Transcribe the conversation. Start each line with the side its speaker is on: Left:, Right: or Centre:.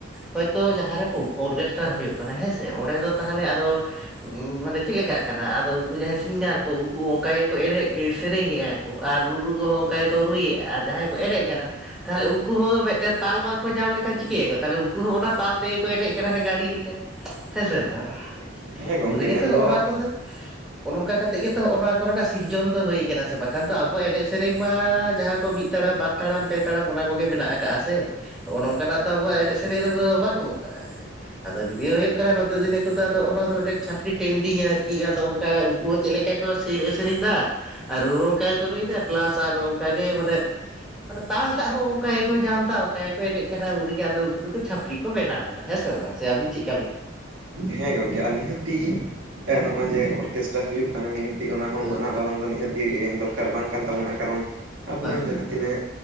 Centre: ᱦᱳᱭᱛᱳ ᱡᱟᱦᱟᱸᱨᱮ ᱚᱨᱜᱮᱥᱴᱟᱨ ᱦᱩᱭᱩᱜ ᱠᱟᱱᱟ ᱦᱮᱸᱥᱮ ᱚᱸᱰᱮ ᱫᱚ ᱛᱟᱦᱚᱞᱮ ᱟᱫᱚ ᱢᱟᱱᱮ ᱪᱮᱫ ᱞᱮᱠᱟᱜ ᱠᱟᱱᱟ ᱟᱫᱚ ᱩᱱᱠᱩ ᱡᱟᱦᱟᱸᱭ ᱥᱤᱝᱜᱟᱨ ᱠᱚ ᱩᱱᱠᱩ ᱚᱱᱠᱟ ᱜᱮᱠᱚ ᱮᱱᱮᱡ ᱥᱮᱨᱮᱧᱮᱜᱼᱟ᱾ ᱚ ᱟᱨ ᱨᱩ ᱨᱩ ᱠᱚᱦᱚᱸ ᱚᱱᱠᱟ ᱜᱮᱠᱚ ᱨᱩᱭᱮᱫᱼᱟ ᱟᱨ ᱡᱟᱦᱟᱸᱭ ᱠᱚ ᱮᱱᱮᱡ ᱠᱟᱱᱟ ᱛᱟᱦᱚᱞᱮ ᱩᱱᱠᱩ ᱦᱚᱸ ᱢᱤᱫᱴᱮᱱ ᱛᱟᱞ ᱵᱟᱝᱠᱚ ᱧᱟᱢ ᱞᱮᱠᱷᱟᱱ ᱪᱤᱠᱟᱹᱭᱟᱠᱚ ᱛᱟᱦᱚᱞᱮ ᱩᱱᱠᱩ ᱦᱚᱸ ᱚᱱᱟ ᱛᱟᱞ ᱛᱮᱜᱮᱠᱚ ᱮᱱᱮᱡ ᱠᱟᱱᱟ ᱦᱟᱱᱮ ᱜᱟᱸᱲᱤ ᱦᱮᱸᱥᱮ ᱵᱟᱝ
Right: ᱦᱮᱸ ᱦᱮᱸ ᱜᱚᱝᱠᱮ
Centre: ᱩᱱ ᱨᱮᱜᱮ
Right: ᱢᱮᱱᱫᱚ
Centre: ᱛᱚ ᱦᱚᱜ-ᱚ ᱱᱚᱣᱟ ᱠᱚᱫᱚ ᱚᱱᱚᱝᱠᱟ ᱠᱟᱛᱮ ᱜᱮᱛᱚ ᱦᱚᱜᱼᱟ ᱱᱚᱣᱟ ᱠᱚᱨᱮᱱᱟᱜ ᱥᱤᱨᱡᱚᱱ ᱫᱚ ᱦᱩᱭᱟᱠᱟᱱᱟ ᱥᱮ ᱵᱟᱝᱠᱷᱟᱱ ᱫᱚ ᱟᱵᱚᱣᱟ ᱮᱱᱮᱡ ᱥᱮᱨᱮᱧ ᱢᱟ ᱡᱟᱦᱟᱸ ᱠᱚ ᱢᱤᱫ ᱛᱟᱲᱟᱢ ᱵᱟᱨ ᱛᱟᱲᱟᱢ ᱯᱮ ᱛᱟᱲᱟᱢ ᱚᱱᱟ ᱠᱚᱜᱮ ᱢᱮᱱᱟᱜ ᱟᱠᱟᱜᱼᱟ ᱥᱮ ᱱᱚᱜᱼᱚ ᱱᱚᱝᱠᱟᱱᱟᱜ ᱫᱚ ᱟᱵᱚᱣᱟᱜ ᱮᱱᱮᱡ ᱥᱮᱨᱮᱧ ᱨᱮᱫᱚ ᱵᱟᱹᱱᱩᱜ ᱠᱟᱜᱼᱟ ᱥᱮ, ᱟᱫᱚ ᱡᱩᱫᱤᱭᱳ ᱦᱩᱭᱩᱜ ᱠᱟᱱᱟ ᱱᱚᱛᱮ ᱱᱤᱛᱚᱜ ᱟᱫᱚ ᱚᱱᱟ ᱫᱚ ᱢᱤᱫᱴᱮᱱ ᱴᱨᱮᱱᱰᱤᱝᱟ ᱟᱨᱠᱤ ᱟᱫᱚ ᱚᱱᱠᱟ ᱩᱱᱠᱩ ᱦᱚᱸ ᱪᱮᱫ ᱞᱮᱠᱟ ᱠᱚ ᱥᱮᱨᱮᱼ ᱥᱮᱨᱮᱧ ᱮᱫᱟ ᱟᱨ ᱨᱩ ᱦᱚᱸ ᱚᱱᱠᱟ ᱜᱮᱠᱚ ᱨᱩᱭᱮᱫᱟ ᱯᱮᱞᱟᱥ ᱟᱨ ᱚᱱᱠᱟᱜ ᱜᱮ ᱢᱟᱱᱮ ᱢᱟᱱᱮ ᱛᱟᱞᱴᱟᱜ ᱦᱚᱸ ᱚᱱᱠᱟ ᱜᱮᱠᱚ ᱧᱟᱢ ᱮᱫᱟ ᱚᱱᱠᱟ ᱜᱮᱠᱚ ᱮᱱᱮᱡ ᱠᱟᱱᱟ ᱟᱫᱚ ᱩᱱ ᱨᱮᱜᱮ ᱟᱫᱚ ᱩᱱᱠᱩ ᱫᱚᱠᱚ ᱪᱟᱹᱯᱨᱤᱤ ᱠᱚ ᱵᱮᱱᱟᱣ ᱮᱱᱟ। ᱦᱮᱸ ᱥᱮ ᱵᱟᱝ ᱥᱮ ᱟᱵᱤᱱ ᱪᱤᱜ
Right: ᱦᱮᱸ ᱜᱚᱝᱠᱮ ᱟᱞᱤᱧ ᱦᱚᱸ ᱛᱮᱦᱤᱧ ᱱᱚᱜᱼᱚᱭ ᱡᱮ ᱚᱨ ᱠᱮᱥᱴᱟ ᱦᱩᱭᱩᱜ ᱠᱟᱱᱟ ᱱᱤᱦᱟᱹᱛᱤ ᱚᱱᱟ ᱦᱚᱸ
Centre: ᱦᱳᱭ
Right: ᱢᱟᱱᱟ ᱵᱟᱨᱚᱱ ᱫᱚ ᱱᱤᱦᱟᱹᱛᱤ ᱫᱚᱨᱠᱟᱨ ᱵᱟᱝ ᱠᱟᱱ ᱛᱟᱵᱚᱱᱟ, ᱠᱟᱨᱚᱱ ᱟᱵᱚᱨᱮᱱ
Centre: ᱵᱟᱝ
Right: ᱡᱟᱦᱟᱸ
Centre: ᱠᱟᱱ ᱛᱟᱢ
Right: ᱛᱤᱱᱟᱹᱜ